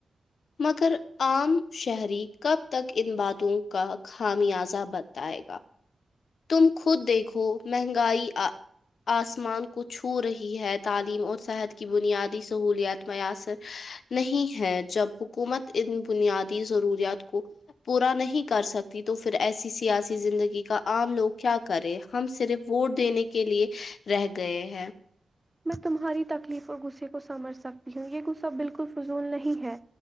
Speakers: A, on the left (about 75°); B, on the right (about 15°).
A: مگر عام شہری کب تک ان باتوں کا خامیازہ بتائے گا تم خود دیکھو مہنگائی آ آسمان کو چھو رہی ہے تعلیم اور صحت کی بنیادی سہولیات میسر نہیں ہے جب حکومت ان بنیادی ضروریات کو پورا نہیں کر سکتی تو پھر ایسی سیاسی زندگی کا عام لوگ کیا کرے ہم صرف ووٹ دینے کے لیے رہ گئے ہیں
B: میں تمہاری تکلیف اور غصے کو سمجھ سکتی ہوں یہ غصہ بالکل فضول نہیں ہے